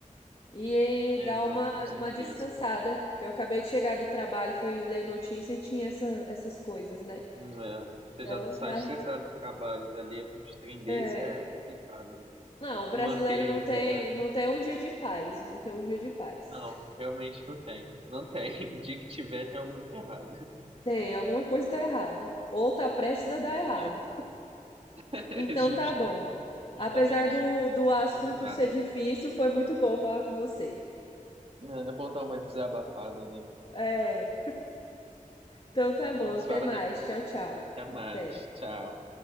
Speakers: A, on the left; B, on the right.
A: E
B: é,
A: dar
B: não,
A: uma,
B: com certeza.
A: uma descansada, que eu acabei de chegar do trabalho, fui ler notícia e tinha essa, essas coisas, né?
B: Hum, é.
A: Então,
B: Você já sai
A: <laughs> ai,
B: estressado do trabalho, ainda ali uns trem desse
A: é.
B: é complicado, né?
A: Não,
B: Tem
A: o
B: que
A: brasileiro
B: manter
A: não
B: ainda.
A: tem,
B: é.
A: não tem um dia de paz, não tem um dia de paz.
B: Não, realmente não tem. Não tem. <laughs> O dia que tiver, tem algo muito errado.
A: Tem, alguma coisa tá errado. Ou tá prestes a dar errado.
B: É, <laughs>
A: Então
B: é justo,
A: tá bom.
B: justamente.
A: Apesar do, do assunto
B: Não combinado.
A: ser difícil, foi muito bom falar com você.
B: É é bom dar uma desabafada, né?
A: É, então tá bom,
B: A gente
A: até
B: fala
A: mais.
B: depois.
A: Tchau, tchau.
B: Até mais.
A: Até.
B: Tchau.